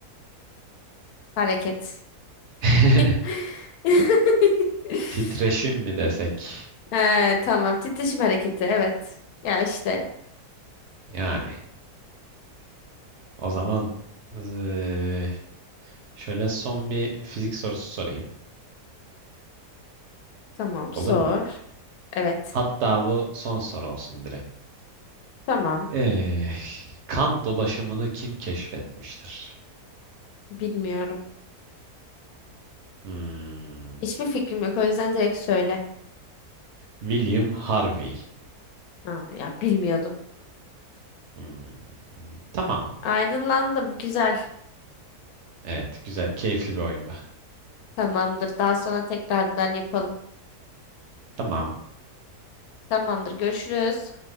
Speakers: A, on the left; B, on the right.
A: Hareket.
B: <laughs>
A: <laughs>
B: Titreşim mi desek?
A: Ee, tamam. Titreşim hareketi. Evet. Ya işte.
B: Yani o zaman eee, şöyle son bir fizik sorusu sorayım.
A: Tamam.
B: Olur
A: Sor.
B: mu?
A: Evet.
B: Hatta bu son soru olsun direkt.
A: Tamam.
B: Eh, kan dolaşımını kim keşfetmiştir?
A: Bilmiyorum.
B: Hmm,
A: Hiçbir fikrim yok. O yüzden direkt söyle.
B: William Harvey'miş.
A: Ha, ya bilmiyordum.
B: Hmm, tamam.
A: Aydınlandım. Güzel.
B: Evet, güzel, keyifli bir oyunda.
A: Tamamdır. Daha sonra tekrardan yapalım.
B: Tamam.
A: Tamamdır. Görüşürüz.